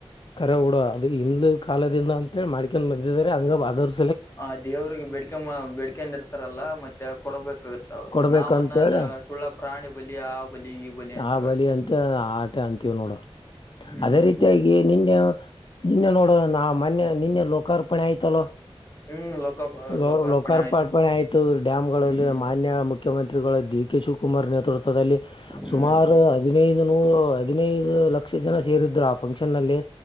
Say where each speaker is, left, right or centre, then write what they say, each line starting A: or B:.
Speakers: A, on the left; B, on the left.
A: ಕರೆ ಹುಡ ಅದು ಇಂದ್ಲು ಕಾಲದಿಂದ ಅಂತೇ ಮಾಡ್ಕಂದ್ ಬಂದಿದ್ದರೆ ಹಂಗೆ ಅದರ್
B: ಹ ದೇವ್ರಿಗೆ ಬೇಡಿಕಮ್ಮ ಬೇಡ್ಕಂಡಿರ್ತಲ್ಲ ಇರ್ತಾರಲ್ಲ ಮತ್ತೆ ಕೊಡ್ಬೇಕು ಸಿಗುತ್ತ ಅವರು
A: ಕೊಡ್ಬೇಕಂತೇಳಿ
B: ನಾವ್ ಅನ್ನೊದು ಸುಳ್ಳ ಪ್ರಾಣಿ ಬಲಿ ಆ ಬಲಿ ಈ ಬಲಿ ಅಂತೀವಿ
A: ಆ
B: ಅಷ್ಟೇ
A: ಅಂತ ಆಟೆ ಅಂತೀವ್ ನೋಡು
B: ಹ್ಮ್
A: ಅದೇ ರೀತಿಯಾಗಿ ನಿನ್ನೆ ನಿನ್ನೆ ನೋಡು ನ ಮೊನ್ನೆ ನಿನ್ನೆ ಲೋಕಾರ್ಪಣೆ ಆಯ್ತೊಲ್ಲೊ
B: ಹ್ಮ್ ಲೋಕ
A: ಲೋರ್
B: ಲೋಕಾರ್ಪಣೆ
A: ಲೋಕಾರ್ಪಾರ್ಪಣೆ
B: ಆಯ್ತು
A: ಆಯ್ತು ಡ್ಯಾಮ್ಗಳಲ್ಲಿ
B: ಹ್ಮ್
A: ಮಾನ್ಯ ಮುಖ್ಯಮಂತ್ರಿಗಳ ದಿಕ್ ಕೆ ಶಿವಕುಮಾರ್ ನೇತೃತ್ವದಲ್ಲಿ
B: ಹ್ಮ್
A: ಸುಮಾರು ಹದಿನೈದು ನೂ ಹದಿನೈದು ಲಕ್ಷ ಜನ ಸೇರಿದ್ರು ಆ ಫಂಕ್ಷನ್ಲ್ಲಿ